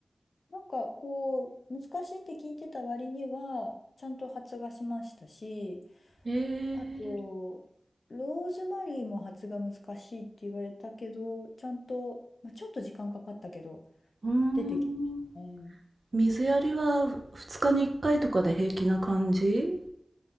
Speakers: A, on the left; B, on the right.
A: なんかこう、難しいって聞いてた割には、ちゃんと発芽しましたし、
B: えー、
A: あと、ローズマリーも発芽難しいって言われたけど、ちゃんと、まあ、ちょっと時間かかったけど、
B: うーん。
A: 出てきましたね。
B: 水やりは2日に1回とかで平気な感じ